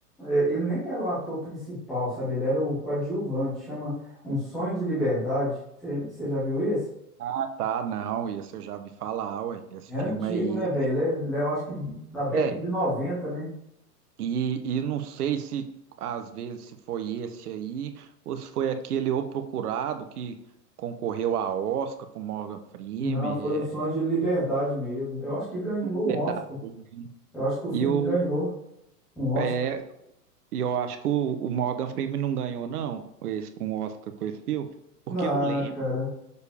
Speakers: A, in the centre; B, on the right.
A: é, ele nem era o ator principal, sabe? Ele era o coadjuvante. Chama Um Sonho de Liberdade. Você você já viu esse?
B: tá, tá, não, esse eu já vi falar, ué. Esse
A: É
B: filme
A: antigo,
B: aí
A: né, velho?
B: é
A: Ele é- ele é, eu acho que da década
B: É,
A: de noventa né?
B: e, e não sei se às vezes se foi esse aí ou se foi aquele O Procurado que concorreu a Oscar com Morgan Freeman.
A: Não, foi um
B: É
A: sonho de liberdade mesmo. Eu acho que ganhou
B: verdade.
A: um Oscar. Eu acho que o filme
B: E eu,
A: ganhou um Oscar.
B: é, e eu acho que o, o Morgan Freeman não ganhou, não, esse- um Oscar com esse filme, porque
A: Ah,
B: eu lembro,
A: cara,